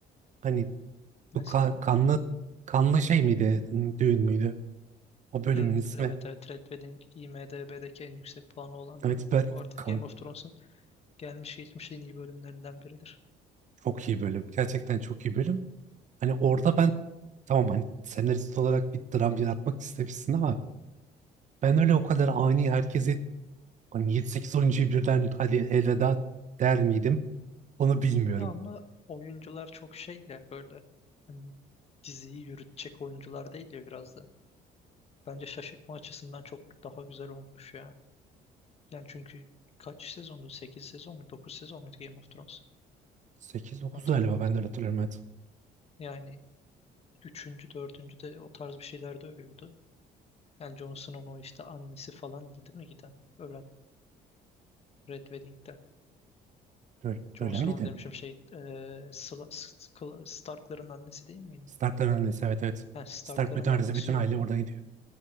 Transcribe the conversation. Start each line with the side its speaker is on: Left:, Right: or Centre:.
Right: Hani bu
Left: Mesela
Right: ka- kanlı kanlı şey miydi? Düğün müydü? O bölümün
Left: Hmm,
Right: ismi.
Left: evet evet Red Wedding IMDb'deki en yüksek puanı olan
Right: Evet
Left: bölüm.
Right: ben
Left: Bu arada
Right: kan-
Left: Game of Thrones'un Gelmiş geçmiş en iyi bölümlerinden biridir.
Right: çok iyi bölüm. Gerçekten çok iyi bölüm. Hani orada ben tamam hani senarist olarak bir dram yaratmak istemişsin ama ben öyle o kadar ani herkesi hani 7-8 oyuncuyu birden hadi elveda der miydim? Onu bilmiyorum.
Left: Ya ama oyuncular çok şey ya böyle hani diziyi yürütecek oyuncular değil ya biraz da. Bence şaşırtma açısından çok daha güzel olmuş ya. Yani çünkü kaç sezondu? 8 sezon mu? 9 sezon muydu Game of Thrones?
Right: 8-9
Left: Hatırlayamadım.
Right: galiba ben de öyle hatırlıyorum. Evet.
Left: Yani üçüncü dördüncü de o tarz bir şeyler de ölüyordu. Yani Jon Snow'un o işte annesi falan değil mi giden? Ölen Red Wedding'de.
Right: Böyle,
Left: Jon
Right: böyle
Left: Snow
Right: miydi?
Left: demişim şey eee, Sla- Sk- Stark'ların annesi değil miydi?
Right: Stark'ların annesi evet evet.
Left: Yani Stark'ların
Right: Stark bütün
Left: annesi
Right: ailesi bütün
Left: ölüyor.
Right: aile orada gidiyor.